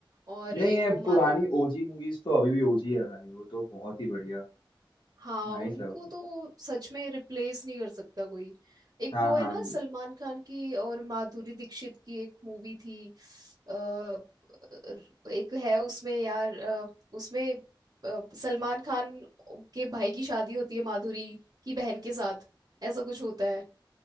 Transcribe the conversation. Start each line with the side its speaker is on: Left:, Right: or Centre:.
Right: और एक
Left: नहीं ये
Right: वो माँ
Left: पुरानी ओजी मूवीज तो अभी भी ओजी है भाई वो तो बहुत ही बढ़िया
Right: हाँ
Left: नाइस
Right: उनको
Left: है वो तो
Right: तो सच में रिप्लेस नहीं कर सकता कोई एक
Left: हाँ
Right: वो
Left: हाँ हाँ।
Right: है ना सलमान खान की और माधुरी दीक्षित की एक मूवी थी अ, अ, एक है उसमें यार अ, उसमें अ, सलमान खान के भाई की शादी होती है माधुरी की बहन के साथ ऐसा कुछ होता है